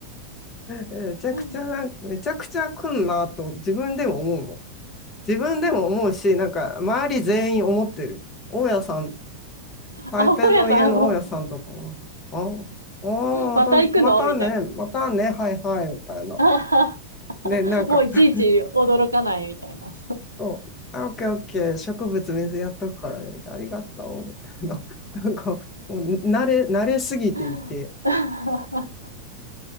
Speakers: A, on the left; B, on the right.
A: めちゃくちゃなん、
B: <laughs> あ、
A: めちゃくちゃ来んなと自分でも思うもん。自分でも思うし、なんか、周り全員思ってる。大家さん、台北の家の大家さんとかも、
B: 本屋さん、あの、
A: あ、あーまた、
B: また行くのみたいな。
A: またね、またね、はいはい、みたいな。
B: <laughs> あ
A: で、なんか、
B: もういちいち驚かないみたいな。
A: <laughs> そう、あ、オッケーオッケー、植物水やっとくからね、ありがとう、みたいな。<laughs> なんか、もう慣れ、慣れすぎていて、
B: <laughs>